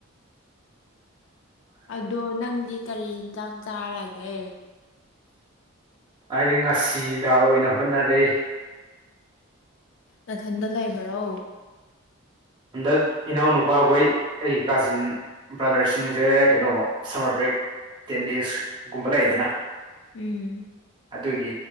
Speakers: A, on the left; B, on the right.
A: ꯑꯗꯣ ꯅꯪꯗꯤ ꯀꯔꯤ ꯌꯦꯟꯁꯥꯡ ꯆꯥꯔꯒꯦ
B: ꯍꯥꯏꯗꯤ ꯉꯥꯁꯤ ꯗꯥꯜ ꯑꯣꯏꯅ ꯍꯣꯠꯅꯔꯦ
A: ꯅꯊꯟꯗ ꯂꯩꯕ꯭ꯔꯣ
B: ꯍꯟꯗꯛ ꯏꯅꯥꯎ ꯅꯨꯄꯥꯈꯣꯏ ꯑꯩꯒꯤ ꯀꯥꯖꯤꯟ ꯕ꯭ꯔꯥꯗꯔꯁꯤꯡꯁꯦ ꯀꯩꯅꯣ ꯁꯝꯃꯔ ꯕ꯭ꯔꯦꯛ ꯇꯦꯟ ꯗꯦꯖꯒꯨꯝꯕ ꯂꯩꯌꯦꯗꯅ
A: ꯎꯝ
B: ꯑꯗꯨꯒꯤ